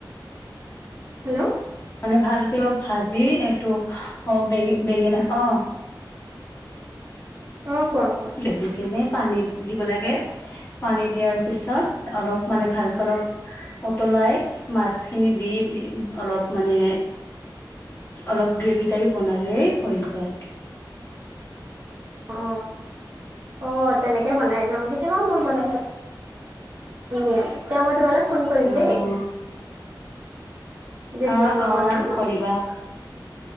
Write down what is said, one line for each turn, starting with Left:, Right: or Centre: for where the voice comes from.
Right: হেল্ল'
Left: মানে ভালকে অলপ ভাজি এইটো অ বেঙে বেঙেনা অ
Right: অ কোৱা কোৱা
Left: বাজু কেনে পানী দিব লাগে পানী দিয়াৰ পিছত অলপ মানে ভালকে অলপ উতলাই মাছখিনি দি দি অলপ মানে অলপ গ্ৰেভি টাইপ বনালেই হৈ যায়
Right: অ অ তেনেকে বনাই ন কেতিয়াবা মই বনাইছো দিয়া তে মই তোমালৈ ফোন কৰিম
Left: উম
Right: দেই যেতিয়া
Left: অ
Right: মই
Left: অ অ
Right: বনাম
Left: কৰিবা